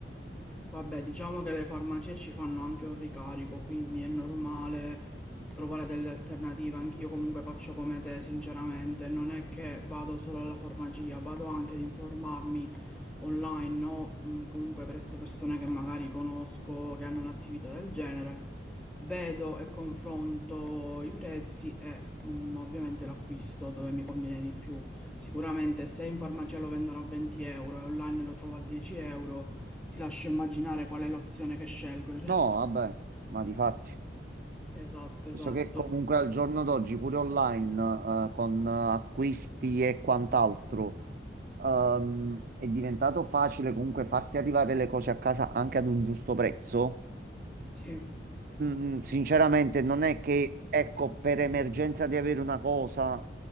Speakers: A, in the centre; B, on the right (about 50°).
A: Vabbè, diciamo che le farmacie ci fanno anche un ricarico, quindi è normale trovare delle alternative. Anch'io comunque faccio come te, sinceramente. Non è che vado solo alla farmacia, vado anche ad informarmi online, no? Mm, Comunque presso persone che magari conosco, che hanno un'attività del genere. Vedo e confronto i prezzi e mm, ovviamente l'acquisto dove mi conviene di più. Sicuramente se in farmacia lo vendono a 20 euro e online lo trovo a 10 euro, ti lascio immaginare qual è l'opzione che scelgo in realtà.
B: No, vabbè, ma di fatti.
A: Esatto,
B: Visto
A: esatto.
B: che comunque al giorno d'oggi pure online, eh, con eh, acquisti e quant'altro, ehm, è diventato facile comunque farti arrivare le cose a casa anche ad un giusto prezzo.
A: Sì,
B: Mm, mm, sinceramente, non è che, ecco, per emergenza di avere una cosa